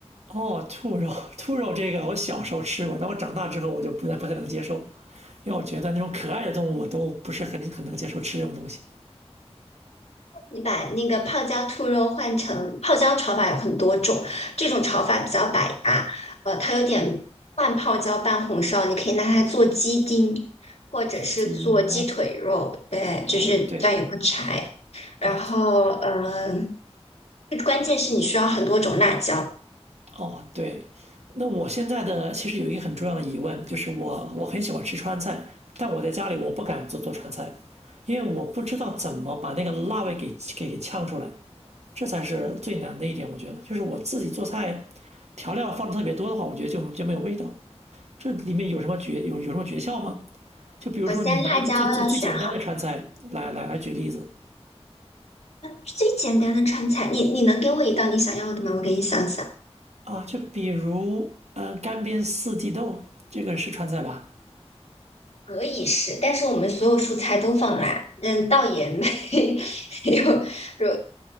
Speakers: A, on the right; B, on the left.
A: 哦，兔肉，<laughs> 兔肉这个我小时候吃过，但我长大之后我就不太不太能接受，因为我觉得那种可爱的动物我都不是很很能接受吃这种东西。
B: 你把那个泡椒兔肉换成泡椒炒法有很多种，这种炒法比较百搭，呃，它有点半泡椒半红烧，你可以拿它做鸡丁，或者是做鸡腿肉，
A: 鸡零
B: 对，
A: 哦，
B: 就是这样也不柴。
A: 对
B: 然后，
A: 对，
B: 呃，关键是你需要很多种辣椒。
A: 哦，对，那我现在的其实有一个很重要的疑问，就是我我很喜欢吃川菜，但我在家里我不敢做做川菜，因为我不知道怎么把那个辣味给给给呛出来，这才是最难的一点。我觉得，就是我自己做菜，调料放的特别多的话，我觉得就就没有味道。这里面有什么诀有有什么诀窍吗？就比如说你拿一个最最最简单的川菜来来来举例子
B: 首先，辣椒要选最简单的川菜，你你能给我一道你想要的吗？我给你想想。
A: 啊，就比如嗯、呃干煸四季豆，这个是川菜吧？
B: 可以是，但是我们所有蔬菜都放辣，嗯，倒也没 <laughs> 有。如